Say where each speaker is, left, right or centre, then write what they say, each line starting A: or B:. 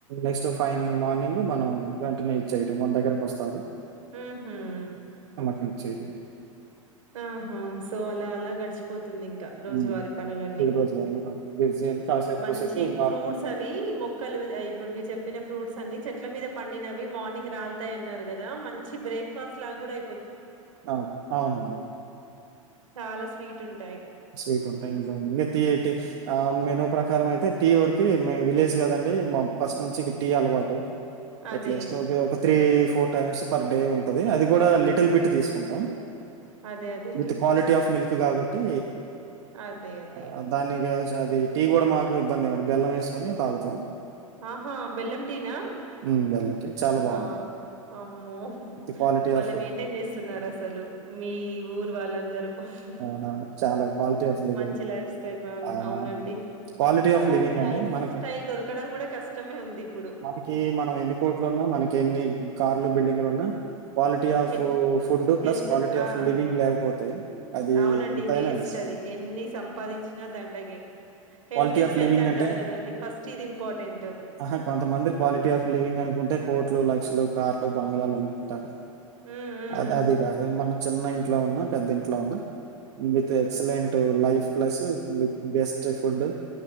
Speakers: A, on the right; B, on the right.
A: నెక్స్ట్ ఫైన్ మార్నింగ్ మనం వెంటనే ఇచ్చేయటం మన దగ్గరకు వస్తారు.
B: హు హ్మ్
A: వచ్చేడం
B: ఆహా సో అలా అలా గడిచిపోతు ది ఇంకా రోజువారి
A: హ్మ్.
B: పనులన్నీ,
A: దిగురోజు వాళ్ళు మనం బిజీ అని కాసేపు
B: మంచి
A: కూసేపు
B: ఫ్రూట్స్
A: ఆఫ్టర్‌నూన్
B: అవి మొక్కలు అయి ఇప్పుడు మీ చెప్పిన ఫ్రూట్స్ సన్ని చెట్ల మీద పండినవి మార్నింగ్ రాల్తాయ్ అన్నారు కదా మంచి బ్రేక్ఫాస్ట్ లా కూడా
A: అ అవునండి
B: చాలా స్వీట్ ఉంటాయి
A: స్వీట్ ఉంటాయ్ ఇంకా వీడియో తీ ఎట్ మెను ప్రచారం అయితే టీ వరకు మే విలేజ్ కదండి మా ఫస్ట్ నుంచి ఇక టీ అలవాటు
B: అదే.
A: ఎట్ల స్ట్వ్ పై తాగుతా three four times per day ఉంటంది. అది కూడా లిటిల్ బిట్ తీసుకుంటాం
B: అదే. అదే.
A: విత్ క్వాలిటీ ఆఫ్ మిల్క్ త్ కాబట్టి
B: అదే. అదే.
A: ఆ దాన్ ఇగ సద్ ఇది టీ కూడా మాకు ఇబ్బంది ఏముండదు బెల్లం ఏసుకొని తాగుతాం
B: ఆహా బెల్లం టీనా
A: హ్మ్. బెల్లం టీ చాలా
B: వామ్
A: బావుంటది.
B: అమ్మో
A: విత్ క్వాలిటీ
B: బలే
A: ఆఫ్
B: మెయింటైన్ చేస్తున్నారు అసలు మీ ఊరు వాళ్ళందరూ హ్ హ్
A: అవునవును. చాలా క్వాలిటీ ఆఫ్ లివింగ్.
B: మంచి లైఫ్ స్టైల్ అవన్
A: అవునా!
B: అవునండి
A: క్వాలిటీ ఆఫ్
B: అలాంటి
A: లివింగ్
B: లైఫ్
A: అండి మనకి.
B: స్టైల్ దొరకడం కూడా కష్టమే ఉంది ఇప్పుడు
A: మనకి మనం ఎన్ని కోట్లు ఉన్నా మనకి ఎన్ని కార్లు బిల్డింగ్లు ఉన్నా క్వాలిటీ ఆఫ్
B: హె
A: ఫుడ్ ప్లస్
B: హెల్త్
A: క్వాలిటీ ఆఫ్
B: ఆ
A: లివింగ్ లేకపోతే అది
B: అవునండి
A: ఎంతయినా వేస్ట్
B: అది ఎన్ని సంపాదించినా దండగే health
A: quality
B: is
A: of
B: wealth
A: living
B: అంటారు
A: అంటె
B: కదండి ఫస్ట్ ఇది ఇంపార్టెంట్
A: ఆహా కొంతమంది క్వాలిటీ ఆఫ్ లివింగ్ అనుకుంటే కోట్లు లక్షలు కార్ట్ బంగ్లాలు అనుకుంటారు
B: హ్మ్ హ్మ్
A: అదే
B: హ్మ్
A: అదిక అదే మన చెన్నై ఇంట్లో ఉన్నా పెద్ద ఇంట్లో ఉన్నా with excellent life plus with best త్ ఫుడ్